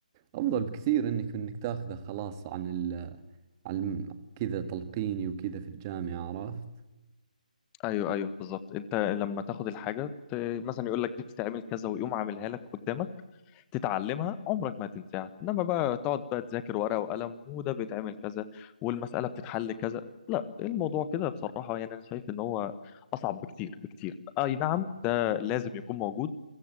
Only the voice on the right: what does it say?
أفضل بكثير إنك إنك تاخذه خلاص عن ال عن الم- كذا تلقيني وكذا في الجامعة عرفت؟